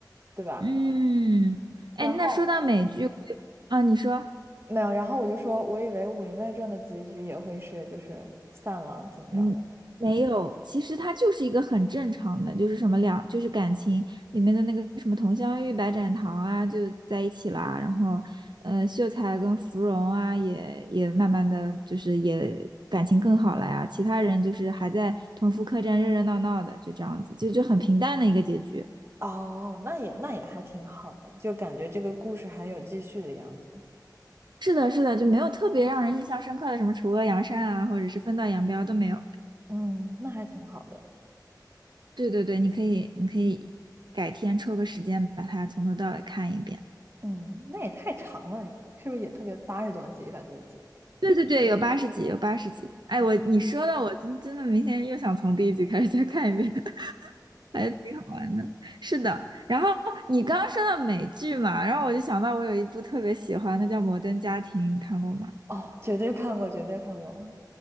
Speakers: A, on the right; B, on the right.
A: 对吧？
B: 嗯，哎，
A: 然后
B: 那说到美剧我有啊，你说，
A: 没有，然后我就说，我以为《武林外传》的结局也会是就是散了，怎么着的？
B: 嗯，没有，其实它就是一个很正常的，就是什么两，就是感情里面的那个什么佟湘玉、白展堂啊，就在一起啦，然后，呃，秀才跟芙蓉啊，也也慢慢的就是也感情更好了呀，其他人就是还在同福客栈热热闹闹的，就这样子，就就很平淡的一个结局。
A: 哦，那也那也还挺好的，就感觉这个故事还有继续的样子。
B: 是的，是的，就没有特别让人印象深刻的什么除恶扬善啊，或者是分道扬镳都没有。
A: 嗯，那还挺好的。
B: 对对对，你可以，你可以改天抽个时间把它从头到尾看一遍。
A: 嗯，那也太长了，是不是也特别八十多集、一百多集
B: 对对对，有八十集，有八十集。哎，
A: 啊？
B: 我你说的，我真真的明天又想从第一集开始再看一遍，<laughs> 还挺好玩的。是的，然后你刚刚说到美剧嘛，然后我就想到我有一部特别喜欢的叫《摩登家庭》，你看过吗？
A: 哦，绝对看过，绝对看过啊，